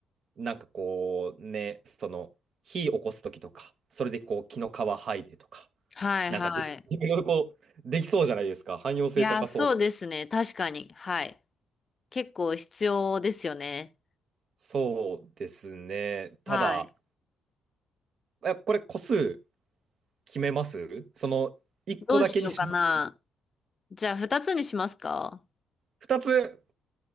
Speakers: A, on the right (about 60°); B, on the left (about 35°).
A: なんかこうね、その火起こす時とか、それでこう木の皮剥いでとか、
B: はいはい。
A: なんかでいろいろこうできそうじゃないですか。汎用性高そうな。
B: いや、そうですね。確かに。はい。結構必要ですよね。
A: そうですね。
B: はい。
A: ただ、え、これ個数決めますその1個だけにします。
B: どうしようかな。じゃあ、二つにしますか
A: 2つ、